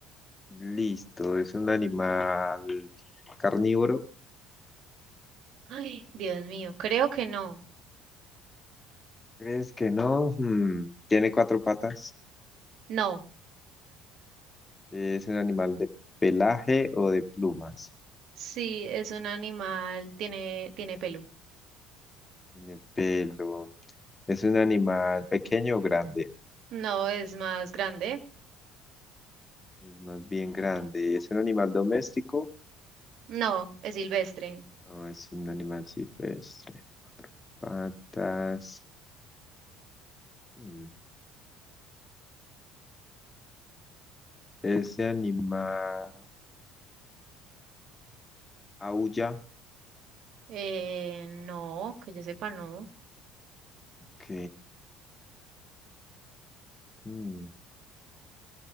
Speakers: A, on the left; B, on the right.
A: Listo, es un animal carnívoro.
B: Ay, Dios mío, creo que no.
A: ¿Crees que no? Hmm, Tiene cuatro patas.
B: No,
A: Es un animal de pelaje o de plumas.
B: sí, es un animal, tiene, tiene pelo.
A: Tiene pelo. ¿Es un animal pequeño o grande?
B: No, es más grande.
A: Es más bien grande. ¿Es un animal doméstico?
B: No, es silvestre.
A: No, es un animal silvestre. Patas. Hmm, Ese animal. Aulla,
B: Eh, no, que yo sepa, no.
A: ok. Mm,